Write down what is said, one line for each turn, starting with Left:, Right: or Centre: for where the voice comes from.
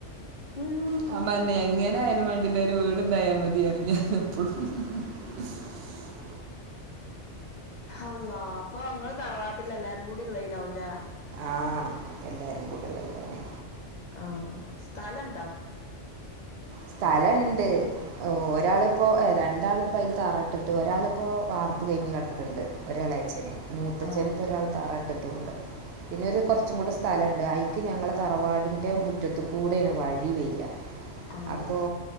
Left: അയ്യോ
Right: ഞാ പർഞ്ഞേയ് എങ്ങനെയാലും വേണ്ടില ഒരു വീട്ണ്ടായാമതീറിയും ഞാഎപ്പളും. <inaudible>
Left: അള്ളാഹ് അപ്പൊങ്ങള് തറവാട്ടിലെല്ലാരും കൂടി ഇള്ളേലാവൂലെ?
Right: ആഹ് എല്ലാരും കൂടിള്ളേലാണെ.
Left: ആഹ് സ്ഥലണ്ടോ?
Right: സ്ഥലണ്ട്. ഓഹ് ഒരാളിപ്പോ ഏഹ് രണ്ടാളിപ്പോ അയില് തറ ഇട്ടിട്ട് ഒരാളിപ്പോ വാർപ്പ് കയ്ഞ്ഞ് കടക്ക്‌ണ്ട്. ഒരാളേച്ചന് മൂത്തച്ചനിപ്പോ
Left: ആഹ്
Right: ഒരാൾ താറ ഇട്ടിട്ടൂണ്ട്. പിന്നെരു കൊറച്ചും കൂടെ സ്ഥലണ്ട് അയ്ക്ക് ഞങ്ങളെ തറവാടിന്റെ മുറ്റത്തുകൂടേണ് വഴി വെരാ.
Left: ആഹ്
Right: അപ്പോ